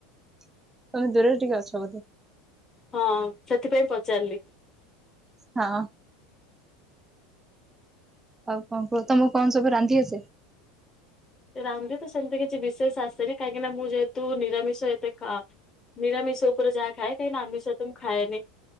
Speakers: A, on the right; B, on the left.
A: ତମେ ଦୂରରେ ଟିକେ ଅଛ ବୋଧେ?
B: ହଁ ସେଥିପାଇଁ ପଚାରିଲି।
A: ହଁ। ଆଉ କଣ କୁହ ତମକୁ କଣ ସବୁ ରାନ୍ଧି ଆସେ?
B: ରାନ୍ଧି ତ ସେମତି କିଛି ବିଶେଷ ଆସେନି କାହିଁକି ନା ମୁଁ ଯେହେତୁ ନିରାମିଷ ଏତେ ଖା ନିରାମିଷ ଉପରେ ଯାହା ଖାଏ କାହିଁକିନା ଆମିଷ ଏତେ ମୁଁ ଖାଏନି